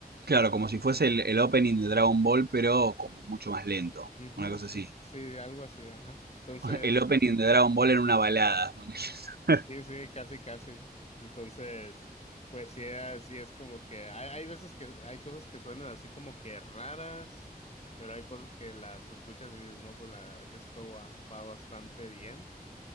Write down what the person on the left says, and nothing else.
Ujú,
sí,
sí, algo así, ajá. Entonces,
sí, sí, casi, casi. Entonces, pues sí, así es como que hay, hay veces que hay cosas que suenan así como que raras, pero hay cosas que las escuchas y dices, no, pues la verdad que esto va, va bastante bien,